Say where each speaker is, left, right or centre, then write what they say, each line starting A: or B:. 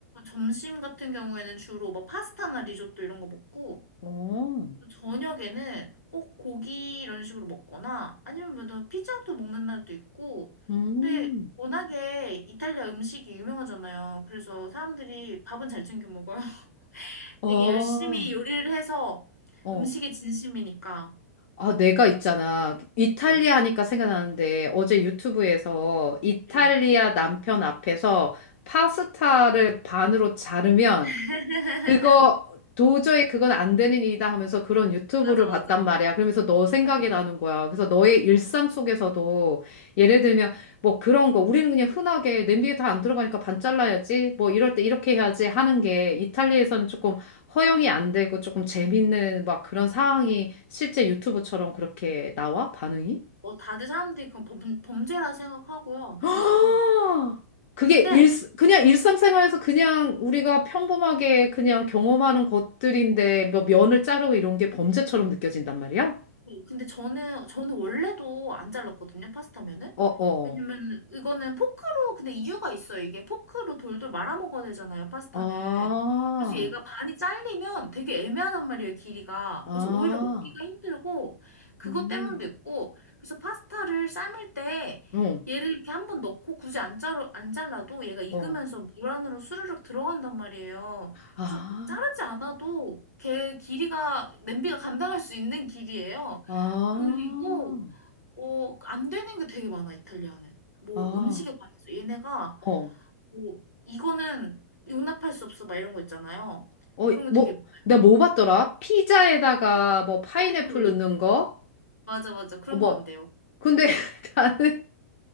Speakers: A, on the left; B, on the left.
A: 점심 같은 경우에는 주로 뭐 파스타나 리조또 이런 거 먹고
B: 어,
A: 또 저녁에는 꼭 고기 이런 식으로 먹거나 아니면 뭐 피자도 먹는 날도 있고
B: 음,
A: 근데 워낙에 이탈리아 음식이 유명하잖아요. 그래서 사람들이 밥은 잘 챙겨 먹어요. <laughs>
B: 어,
A: 되게 열심히 요리를 해서
B: 어.
A: 음식에 진심이니까.
B: 아, 내가 있잖아. 이탈리아
A: 네.
B: 하니까 생각나는데, 어제 유튜브에서 이탈리아
A: 네.
B: 남편 앞에서 파스타를 반으로 자르면
A: <laughs>
B: 그거 도저히 그건 안 되는 일이다 하면서 그런 유튜브를
A: 맞아, 맞아.
B: 봤단 말이야. 그러면서 너 생각이
A: 맞아. 맞아.
B: 나는 거야. 그래서 너의 일상 속에서도 예를 들면 뭐 그런 거 우리는 그냥 흔하게 냄비에 다 안 들어가니까 반 잘라야지 뭐 이럴 때 이렇게 해야지 하는 게 이탈리아에서는 조금 허용이 안 되고 조금 재밌는 막 그런 상황이 실제 유튜브처럼 그렇게 나와? 반응이?
A: 어, 다들 사람들이 그건 범, 범죄라 생각하고요,
B: 아,
A: 진짜로.
B: 그게
A: 근데
B: 일, 그냥 일상생활에서 그냥 우리가 평범하게 그냥 경험하는 것들인데 뭐 면을 자르고 이런 게 범죄처럼 느껴진단 말이야?
A: 네, 근데 저는 저는 원래도 안 잘랐거든요 파스타면은
B: 어, 어,
A: 왜냐면
B: 어.
A: 이거는 포크로 근데 이유가 있어요 이게 포크로 돌돌 말아 먹어야 되잖아요 파스타는
B: 아,
A: 그래서 얘가 반이 잘리면 되게 애매하단 말이에요 길이가
B: 아,
A: 그래서 오히려 먹기가 힘들고 그것
B: 음,
A: 때문도 있고 그래서 파스타를 삶을 때
B: 응,
A: 얘를 이렇게 한번 넣고 굳이 안 자르 안 잘라도 얘가 익으면서
B: 어,
A: 물 안으로 스르륵 들어간단 말이에요
B: 아,
A: 그래서 자르지 않아도 개 길이가 냄비가 감당할 수 있는 길이에요.
B: 아,
A: 그리고 어, 안 되는 게 되게 많아 이탈리아는. 뭐
B: 아,
A: 음식에 관해서 얘네가
B: 어,
A: 뭐 이거는 용납할 수 없어 막 이런 거 있잖아요.
B: 어,
A: 그런 거
B: 뭐,
A: 되게 많아요.
B: 내가 뭐 봤더라? 피자에다가 뭐 파인애플
A: 파인플 올리기.
B: 넣는 거?
A: 맞아 맞아 그런
B: 어, 뭐.
A: 거 안 돼요.
B: 근데 <laughs> 나는